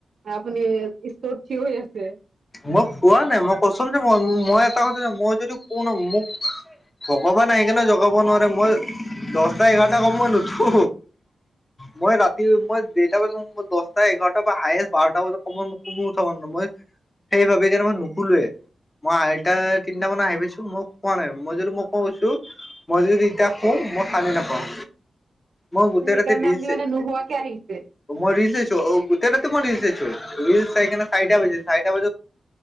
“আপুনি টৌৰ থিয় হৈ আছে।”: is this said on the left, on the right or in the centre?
Right